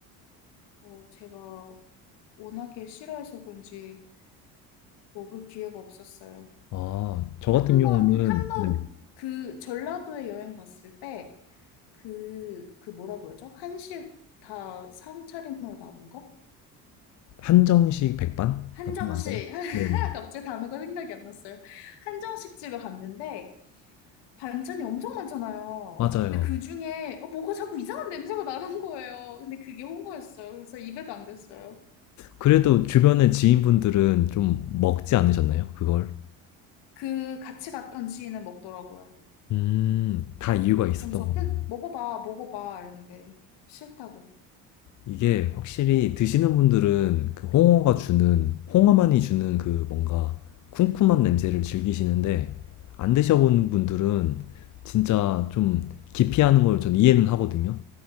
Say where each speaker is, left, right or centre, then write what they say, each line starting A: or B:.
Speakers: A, on the left (about 70°); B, on the left (about 45°).
A: 어, 제가 워낙에 싫어해서 그런지 먹을 기회가 없었어요.
B: 아, 저
A: 한
B: 같은 경우는
A: 번, 한 번,
B: 네.
A: 그 전라도에 여행 갔을 때, 그, 그 뭐라 그러죠? 한식 다 상차림으로 나오는 거?
B: 한정식 백반
A: 한정식.
B: 같은 건가요?
A: <laughs>
B: 네네.
A: 갑자기 단어가 생각이 안 났어요. 한정식 집에 갔는데, 반찬이 엄청 많잖아요.
B: 맞아요.
A: 근데 그 중에 어, 뭐가 자꾸 이상한 냄새가 나는 거예요. 근데 그게 홍어였어요. 그래서 입에도 안 댔어요.
B: 그래도 주변의 지인분들은 좀 먹지 않으셨나요? 그걸?
A: 그 같이 갔던 지인은 먹더라고요.
B: 음, 다 이유가 있었던
A: 그러면서
B: 겁니다.
A: 계속 먹어봐, 먹어봐 이러는데 싫다고.
B: 이게 확실히 드시는 분들은 그 홍어가 주는, 홍어만이 주는 그 뭔가 쿰쿰한 냄새를 즐기시는데, 안 드셔본 분들은 진짜 좀 기피하는 걸 전 이해는 하거든요.